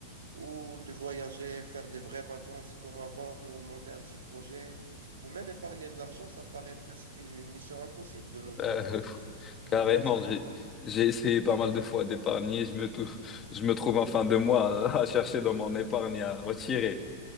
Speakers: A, on the right; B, on the left.
A: ou de voyager, faire des vraies vacances comme avant, ou monter un petit projet. Ou même épargner de l'argent, ça paraît presque une mission impossible de nos jours.
B: Euh, <laughs> pff,
A: Euh, C'est c'est
B: carrément
A: devenu insupportable.
B: j'ai j'ai essayé pas mal de fois d'épargner je me tou- je me trouve en fin de mois à, à chercher dans mon épargne à retirer